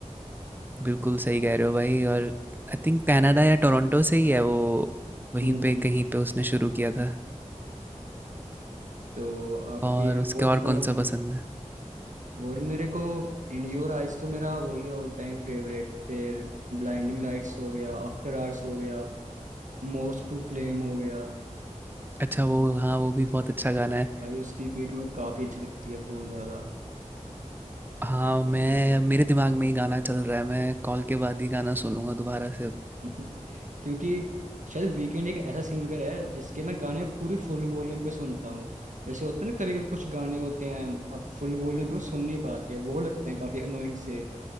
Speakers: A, on the right; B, on the right.
A: बिल्कुल सही कह रहे हो भाई और आई थिंक कनाडा या टोरंटो से ही है वो वहीं
B: हम्म हम्म।
A: पे कहीं पे उसने शुरू किया था
B: तो आपकी
A: और उसके
B: और
A: और
B: कौन
A: कौन सा पसंद है
B: और मेरे को इन योर आइज तो मेरा वही है ऑल टाइम फेवरेट फिर ब्लाइंडिंग लाइट्स हो गया आफ्टर आवर्स हो गया मोस्ट टू फ्लेम हो गया
A: अच्छा वो हाँ वो भी बहुत अच्छा गाना है
B: भाई उसकी बीट मेरे को काफ़ी अच्छी लगती है बहुत ज़्यादा <laughs>
A: हाँ मैं मेरे दिमाग में ही गाना चल रहा है मैं कॉल के बाद ही गाना सुनूंगा दोबारा से अब
B: क्योंकि शायद वीकेंड एक ऐसा सिंगर है जिसके मैं गाने पूरी फुल वॉल्यूम पे सुनता हूँ जैसे होते हैं ना कभी कभी कुछ गाने होते हैं आप फुल वॉल्यूम पे वो सुन नहीं पाते वो लगते हैं काफ़ी अनोइंग से